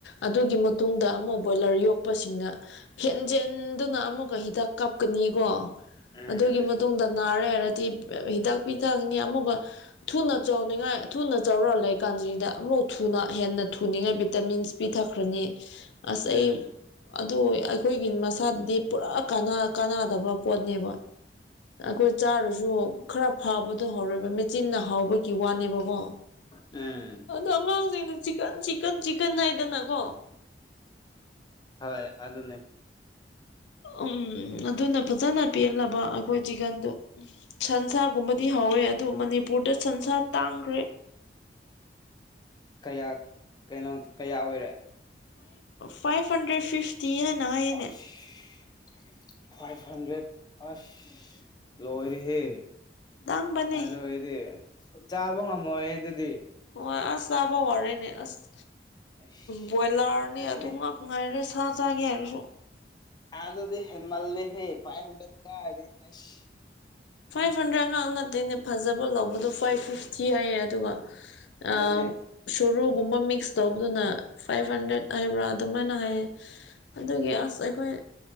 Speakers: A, on the left; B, on the left.
A: ꯑꯗꯨꯒꯤ ꯃꯇꯨꯡꯗ ꯑꯃꯨꯛ ꯕꯣꯏꯂꯔ ꯌꯣꯛꯄꯁꯤꯡꯅ ꯍꯦꯟꯖꯦꯟꯗꯨꯅ ꯑꯃꯨꯛꯒ ꯍꯤꯗꯥꯛ ꯀꯥꯞꯀꯅꯤꯀꯣ
B: ꯎꯝ
A: ꯑꯗꯨꯒꯤ ꯃꯇꯨꯡꯗ ꯅꯥꯔꯦ ꯍꯥꯏꯔꯗꯤ ꯍꯤꯗꯥꯛ ꯄꯤꯊꯛꯅꯤ ꯑꯃꯨꯛꯒ ꯊꯨꯅ ꯆꯥꯎꯅꯤꯡꯉꯥꯏ ꯊꯨꯅ ꯆꯥꯎꯔꯛ ꯂꯩꯀꯥꯟꯗ ꯁꯤꯗ ꯑꯃꯨ ꯊꯨꯅ ꯍꯦꯟꯅ ꯊꯨꯅꯤꯡꯉꯥꯏ ꯚꯤꯇꯥꯃꯤꯟꯁ ꯄꯤꯊꯈ꯭ꯔꯅꯤ ꯑꯁ
B: ꯎꯝ
A: ꯑꯩ ꯑꯗꯨ ꯑꯩꯈꯣꯏꯒꯤ ꯃꯁꯥꯗꯗꯤ ꯄꯨꯔꯥ ꯀꯥꯟꯅ ꯀꯥꯟꯅꯗꯕ ꯄꯣꯠꯅꯦꯕ ꯑꯩꯈꯣꯏ ꯆꯥꯔꯁꯨ ꯈꯔ ꯐꯥꯕꯗꯣ ꯍꯧꯔꯣꯏꯕ ꯃꯦꯆꯤꯟꯅ ꯍꯥꯎꯕꯒꯤ ꯋꯥꯅꯦꯕꯀꯣ
B: ꯎꯝ
A: ꯑꯗꯣ ꯑꯉꯥꯡꯁꯤꯡꯩꯅ ꯆꯤꯛꯀꯟ ꯆꯤꯛꯀꯟ ꯆꯤꯛꯀꯟ ꯍꯥꯏꯗꯅꯀꯣ
B: ꯍꯣꯏ ꯑꯗꯨꯅꯦ
A: ꯎꯝ ꯑꯗꯨꯅ ꯐꯖꯅ ꯄꯦꯜꯂꯕ ꯑꯩꯈꯣꯏ ꯆꯤꯛꯀꯟꯗꯣ ꯁꯟꯁꯥꯒꯨꯝꯕꯗꯤ ꯍꯧꯧꯋꯦ ꯑꯗꯨ ꯃꯅꯤꯄꯨꯔꯗ ꯁꯟꯁꯥ ꯇꯥꯡꯈ꯭ꯔꯦ
B: ꯀꯌꯥ ꯀꯩꯅꯣ ꯀꯌꯥ ꯑꯣꯏꯔꯦ
A: ꯐꯥꯏꯕ ꯍꯟꯗ꯭ꯔꯦꯠ ꯐꯤꯐꯇꯤꯅꯏꯅꯦ
B: ꯑꯁ ꯐꯥꯏꯚ ꯍꯟꯗ꯭ꯔꯦꯠ ꯑꯁ ꯂꯣꯔꯤꯍꯦ
A: ꯇꯥꯡꯕꯅꯦ
B: ꯑꯗꯨ ꯑꯩꯗꯤ ꯆꯥꯕ ꯉꯝꯃꯣꯏꯍ ꯑꯗꯨꯗꯤ
A: ꯑꯣ ꯑꯁ ꯆꯕ ꯍꯔꯦꯅꯦ ꯑꯁ
B: ꯑꯁ
A: ꯕꯣꯏꯂꯥꯔꯅꯦ ꯑꯗꯨ ꯉꯥꯛ ꯉꯥꯏꯔꯦ ꯁꯥ ꯆꯥꯒꯦ ꯍꯥꯏꯔꯁꯨ
B: ꯑꯗꯗꯤ ꯍꯦꯟꯃꯜ ꯂꯩꯦ ꯍꯦ ꯄꯥꯏ ꯍꯦꯗ ꯀꯥꯁ
A: ꯐꯥꯏꯚ ꯍꯟꯗ꯭ꯔꯦꯗ ꯉꯍꯥꯛ ꯅꯠꯇꯦꯅꯦ ꯐꯖꯕ ꯂꯧꯕꯗꯣ ꯐꯥꯏꯚ ꯐꯤꯐꯇꯤ ꯍꯥꯏꯌꯦ ꯑꯗꯨꯒ ꯑ
B: ꯑꯗꯨꯅꯦ
A: ꯁꯔꯨ ꯝꯕꯥ ꯃꯛꯁ ꯇꯧꯕꯗꯨꯅ ꯐꯥꯏꯚ ꯍꯟꯗ꯭ꯔꯦꯠ ꯍꯥꯏꯕ꯭ꯔꯥ ꯑꯗꯨꯃꯥꯏꯅ ꯍꯥꯏꯌꯦ ꯑꯗꯨꯒꯤ ꯑꯁ ꯑꯩꯈꯣꯏ